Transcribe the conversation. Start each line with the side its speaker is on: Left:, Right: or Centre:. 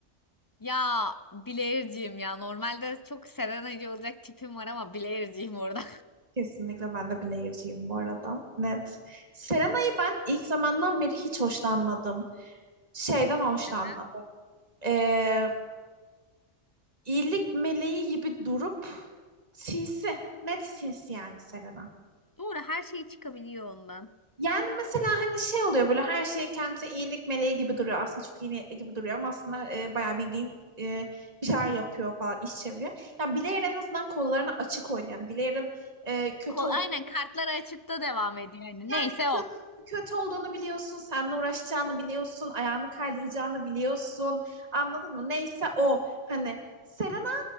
Left: Ya Blair'ciyim ya. Normalde çok Serenacı olacak tipim var ama Blair'ciyim orada.
Right: Kesinlikle ben de Bilayırcıyım bu arada. Net. Serena'yı ben ilk zamandan beri hiç hoşlanmadım. Şeyden
Left: <laughs>
Right: hoşlanmadım.
Left: Neden?
Right: Ee, iyilik meleği gibi durup sinsi. Net sinsi yani Serena.
Left: Doğru her şey çıkabiliyor ondan.
Right: Yani mesela hani şey oluyor böyle her şey kendisi iyilik meleği gibi duruyor. Aslında çok iyi niyetli gibi duruyor ama aslında e, bayağı bildiğin e, bir şeyler yapıyor falan iş çeviriyor. Ya Blair en azından kollarını açık oynuyor. Yani Blair'ın e, kötü
Left: Kol,
Right: ol
Left: aynen kartlar açıkta devam ediyor. Yani
Right: yani
Left: neyse o.
Right: kötü kötü olduğunu biliyorsun, seninle uğraşacağını biliyorsun, ayağını kaydıracağını biliyorsun. Anladın mı? Neyse o hani Serena